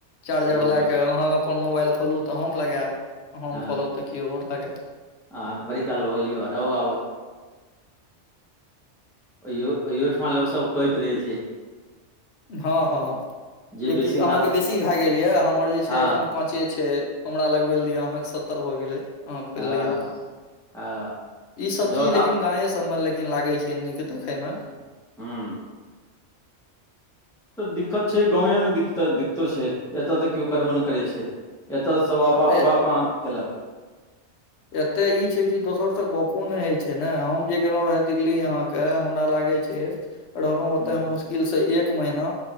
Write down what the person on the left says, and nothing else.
चार्जर
लए
कऽ अहाँ अपन मोबाइल खोलू तऽ हम लगायब हम
खोलब तऽ केओ आर लगाय
हँ हँ
जेकि
अहाँके
बेसी भए गेल यऽ हमर जे छै
एख पाँचे छै हमरा लगबै लए दिऽ अहाँके सत्तर भऽ गेल अह खोललिय
अपन
ई सब
चीज
लेकिन गाे सबमे लेकिन लागे छ फेन्नीके देखैम
मे
एत्ते ई छै कि दोसर से गपो ने हय छै ने हम जे गेलों रहे दिल्ली यहा के हमरा लागे छ ओ
एक महिना